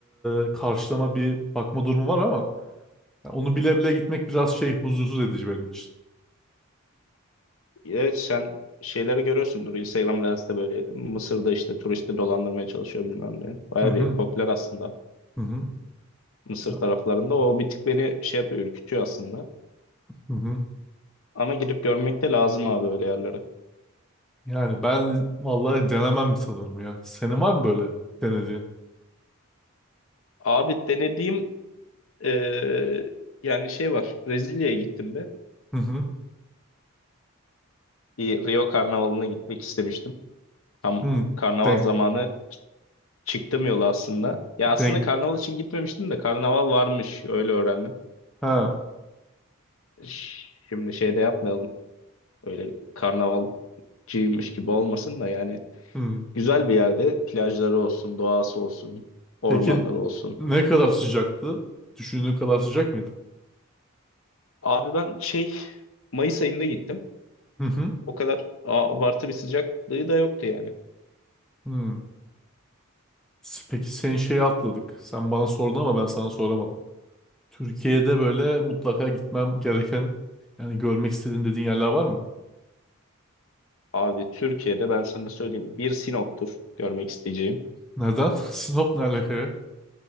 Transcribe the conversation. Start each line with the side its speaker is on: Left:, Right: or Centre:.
Centre: e, karşılama bir bakma durumu var ama ya onu bile bile gitmek biraz şey huzursuz edici benim için.
Left: Evet sen şeyleri görüyorsundur. Instagram Reels'te böyle Mısır'da işte turisti dolandırmaya çalışıyor bilmem ne. Baya
Centre: Hı hı.
Left: bir popüler aslında
Centre: Hı hı.
Left: Mısır
Centre: Ya,
Left: taraflarında. O bir tık beni şey yapıyor, ürkütüyor aslında.
Centre: hı hı.
Left: Ama gidip görmek de lazım abi öyle yerlere.
Centre: Yani ben vallahi denemem sanırım ya. Senin var mı böyle denediğin?
Left: Abi denediğim eee, yani şey var. Brezilya'ya gittim be.
Centre: Hı hı.
Left: Bir Rio Karnavalı'na gitmek istemiştim. Tam
Centre: Hı.
Left: karnaval
Centre: Denk,
Left: zamanı ç- çıktım yola aslında. Ya
Centre: denk.
Left: aslında karnaval için gitmemiştim de karnaval varmış öyle öğrendim.
Centre: Ha.
Left: Ş- Şimdi şey de yapmayalım. Öyle karnavalcıymış gibi olmasın da yani
Centre: Hı.
Left: güzel bir yerde plajları olsun, doğası olsun, ormanları
Centre: Peki
Left: olsun.
Centre: ne kadar sıcaktı? Düşündüğün kadar sıcak mıydı?
Left: Abi ben şey Mayıs ayında gittim.
Centre: Hı hı.
Left: O kadar a- abartı bir sıcaklığı da yoktu yani.
Centre: Hı. S- Peki sen şeyi atladık. Sen bana sordun ama ben sana soramadım. Türkiye'de böyle mutlaka gitmem gereken yani görmek istediğin dediğin yerler var mı?
Left: Abi Türkiye'de ben sana söyleyeyim bir Sinop'tur görmek isteyeceğim.
Centre: Neden? <laughs> Sinop ne alaka ya?